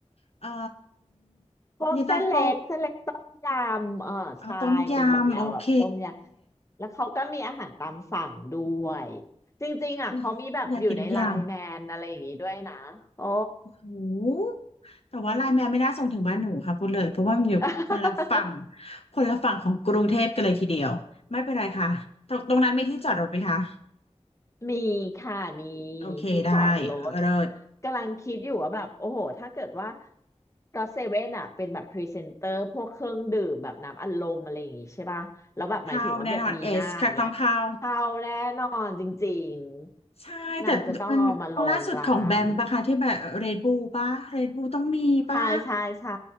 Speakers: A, on the left; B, on the left.
A: เอ่อ
B: พวกเส้นเล็กเส้นเล็กต้มยำเออใช่เป็นแบบแนวแบบต้มยำแล้วเขาก็มีอาหารตามสั่งด้วย
A: เย็นตาโฟอ๋อต้มยำโอเค
B: จริงๆอ่ะเขามีแบบอยู่ในไลน์แมนอะไรอย่างงี้ด้วยนะโอ้
A: อยอยากกินทุกอย่าง โอ้แต่ว่าไลน์แมนไม่น่าส่งถึงบ้านหนูค่ะพูดเลย เพราะว่ามันอยู่คนละฝั่ง
B: <laughs>
A: คนละฝั่งของกรุงเทพกันเลยทีเดียว ไม่เป็นไรค่ะ ตรงตรงนั้นมีที่จอดรถไหมคะ
B: มีค่ะมีมีที่จอดรถ
A: โอเคได้เลิศ
B: กำลังคิดอยู่ว่าแบบโอ้โหถ้าเกิดว่าก็เซเว่นอ่ะเป็นแบบพรีเซนเตอร์พวกเครื่องดื่มแบบน้ำอัดลมอะไรอย่างงี้ใช่ป่ะแล้วแบบหมายถึงว่าแบบมีหน้าอย่างเงี้ยเข้าแน่นอนจริง
A: เข้าแน่นอนเอสค่ะต้องเข้า
B: ๆนางจะต้องเอามาลงร้าน
A: ใช่แต่มันล่าสุดของแบมปะคะที่แบบเรดบูปะเรดบูต้องมีปะ
B: ใช่ใช่ใช่